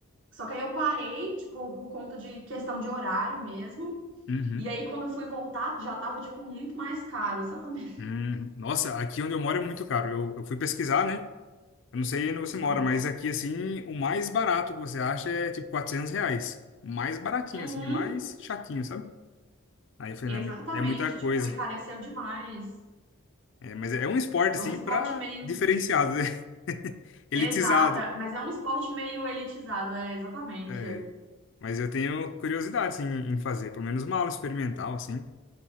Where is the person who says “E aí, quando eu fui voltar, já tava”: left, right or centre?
Right